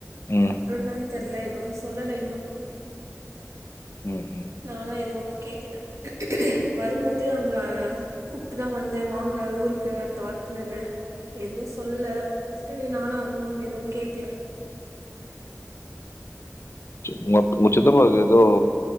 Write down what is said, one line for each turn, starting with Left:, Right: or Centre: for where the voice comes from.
Left: ம்
Right: அப் ப்ற ன்னா தெர்ல எது சொல்லல இன்னு
Left: ம் ம்
Right: நாலா எதுவு கேக்ல வரும்மோது அங்க கூப்புட்டுதா வந்த வாங்க ஊருக்கு அட்த்த வார்த்துலன்னு எதுவு சொல்ல சேரி நானு அதுவு எதுவு கேக்ல
Left: உங்க உங்க சித்தப்பாவுக்கு எதோ